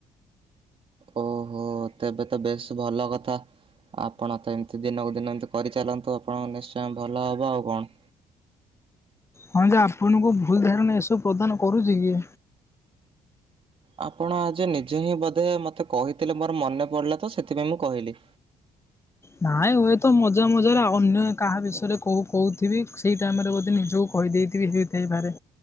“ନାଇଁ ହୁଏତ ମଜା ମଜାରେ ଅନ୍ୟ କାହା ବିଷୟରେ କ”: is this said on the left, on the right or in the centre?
Left